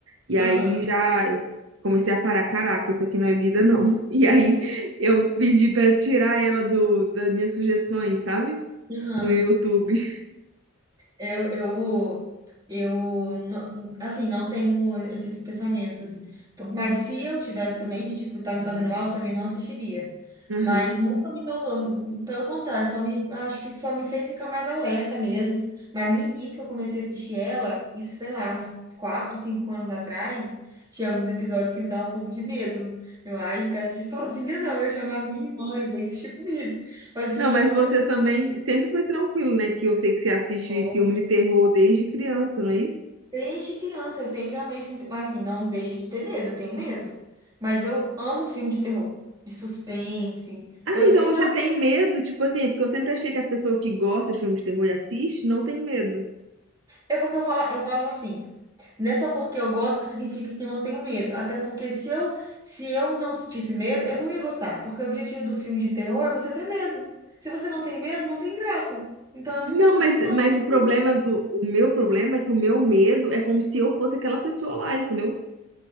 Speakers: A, on the right; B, on the right.
A: E
B: aham,
A: aí já eu comecei a parar, caraca, isso aqui não é vida, não. <laughs> E aí eu pedi pra tirar ela do, das minhas sugestões, sabe?
B: aham.
A: No YouTube.
B: Eu, eu, eu, não- assim, não tenho esses pensamentos. Mas se eu tivesse também, de tipo, tá me fazendo mal, eu também não assistiria.
A: <laughs> Aham.
B: Mas nunca me causou. Pelo contrário, só me, acho que só me fez ficar mais alerta mesmo. Mas no início que eu comecei a assistir ela, isso, sei lá, uns 4 5 anos atrás, tinha alguns episódios que me davam um pouco de medo. Eu, ai, não quero assistir <laughs> sozinha, não. Eu chamava minha irmã, eu veio assistir comigo. Mas hoje
A: Não,
B: em dia
A: mas
B: eu não
A: você
B: tenho
A: também sempre foi tranquilo, né? Que eu sei que você assiste
B: mais.
A: filme de terror desde criança, não é isso?
B: Desde criança, eu sempre amei filme de... Mas assim, não deixo de ter medo, eu tenho medo. Mas eu amo filme de terror, de suspense.
A: Ah,
B: Eu sempre
A: então você
B: amei.
A: tem medo, tipo assim, é porque eu sempre achei que a pessoa que gosta de filmes de terror e assiste não tem medo.
B: É porque eu falo, eu falo assim, não é só porque eu gosto que significa que eu não tenho medo. Até porque se eu, se eu não sentisse medo, eu não ia gostar. Porque o objetivo do filme de terror é você ter medo. Se você não tem medo, não tem graça. Então, eu
A: Não,
B: não,
A: mas,
B: não
A: mas
B: aceito
A: o problema
B: isso.
A: do, o meu problema é que o meu medo é como se eu fosse aquela pessoa lá, entendeu?